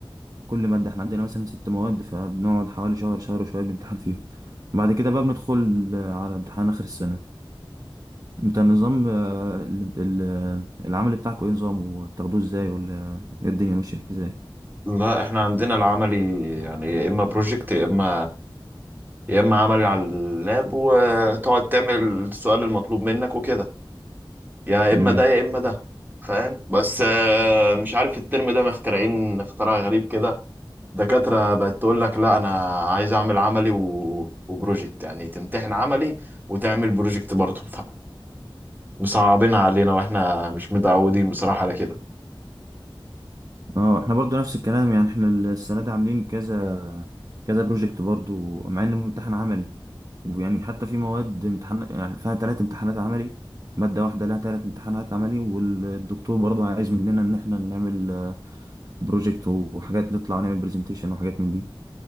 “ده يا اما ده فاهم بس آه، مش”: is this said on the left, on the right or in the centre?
Right